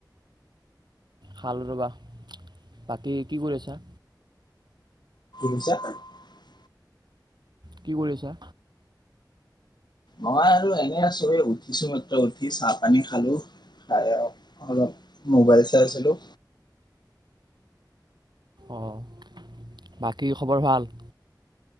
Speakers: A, on the right; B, on the left.
A: ভাল ৰ'বা। বাকী কি কৰি আছা?
B: ছ <unintelligible>
A: কি কৰি আছা?
B: মই আৰু এনে আছোৱেই। উঠিছো মাত্ৰ উঠি চাহ পানী খালো। খাই অলপ মোবাইল চাই আছিলো।
A: অ' বাকী খবৰ ভাল?